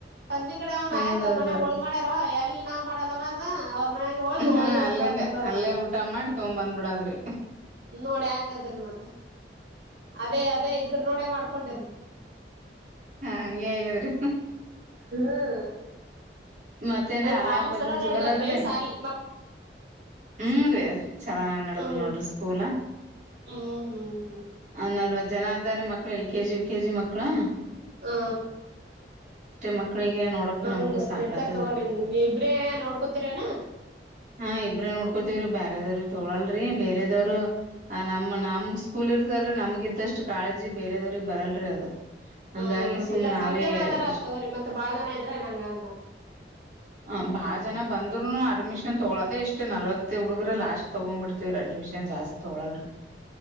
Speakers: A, on the right; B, on the right.
A: ಸಂಜೆ ಕಡೆ ಒ
B: ಹೌದೌದೌದು
A: ಆಯ್ತ ಅವ್ರ ಮನೆಗ್ ಹೋಳಿ ಮಾಡ್ಯಾರವ ಎಲ್ಲಿ ನಾವ್ ಮಾಡದನ ಅದ ಅವ್ರ ಮನ್ಯಾಗ ಹೋಗಿ ಹೋಳಗಿ
B: ಹಾ
A: ಉಣಂಡ್
B: ಅಲ್ಲಿಂದ
A: ಬಂದ್ಬಿಡೋಣಂತ
B: ಅಲ್ಲೇ ಊಟ ಮಾಡಿ ತಗೊಂಡ್ ಬಂದ್ಬಿಡದ್ರಿ
A: ನೋಡ ಹಂಗದ್ರಿ ಮತ್ತ ಅದೇ ಅದೇ ಇದ್ರ ನೋಡ ಮಾಡ್ಕೊಂಡಿರಿ
B: ಹಂಗಗೆ ಹೇಗಾದ್ರಿ
A: ಹ್ಮ್
B: ಮತ್ತೆ
A: ನನ್
B: <unintelligible> ಅಲಾಬ
A: ಸಾಲಿ ಚಲೋ
B: ಅದು ಜೋರದ್ರಿ
A: ನಡ್ದದ್ರಿ ಸಾಲಿ ಮಕ್
B: ಹ್ಮ್ <unintelligible> ನಡದ
A: ಹ್ಮ್
B: ನೋಡ್ರಿ ಸ್ಕೂಲ
A: ಹ್ಮ್ ಹ್ಮ್
B: ಆ ನಲ್ವತ್ ಜನ ಆದಾರೆ ಮಕ್ಳು L K G U K G ಮಕ್ಕಳು
A: ಹ
B: ಮಕ್ಳಿಗೆ ನೋಡಕ್
A: ಹಾ
B: ನಮ್ಗ
A: ಹ
B: ಸಾಕಾತದ್ರಿ
A: ಸ್ನೇಹತಾ ತಗ್ರ ನೀ ಇಬ್ರೇ ನೋಡ್ಕೊತಿರೇನ ಹ
B: ಹಾ ಇಬ್ರೇನ್ ನೋಡ್ಕೋತವ್ರಿ ಬೇರೆದವ್ರ ತೊಳಲ್ರಿ ಬೇರೆದವ್ರು ನಮ್ಮ್ ನಮ್ ಸ್ಕೂಲ್ ಇದಲ್ರಿ, ನಮ್ಗ ಇದ್ದಷ್ಟು! ಕಾಳಜಿ ಬೇರದವ್ರಿಗೆ ಬರಲ್ರರಿ ಅದು? <inaudible> ಹಂಗಾಗಿ
A: ಹ,
B: ಸುಮ್
A: ಇಲ್ಲ,
B: ನಾವೇ
A: ಸ್ವಲ್ಪ ಜನ! ಅದಾರ
B: ಇಷ್ಟ
A: ಅಂತೆ ಅವರು, ಮತ್ತೆ ಬಾಳ ಜನ ಇದ್ರ ನಂಗೆ, ಅಂತ? <inaudible>
B: ಹ, ಬಾಳ ಜನ ಬಂದ್ರುನು! ಅಡ್ಮಿಷನ್. <inaudible> ನಾನು, ತಗಳೋದೇ, ಇಷ್ಟು, ನಲವತ್ತು, ಹುಡುಗರು ಲಾಸ್ಟ್! ತಗೊಂಡು ಬಿಡ್ತೀವಿರಿ, ಅಡ್ಮಿಷನ್ ಜಾಸ್ ತೊಳಲ್ರರಿ? <inaudible>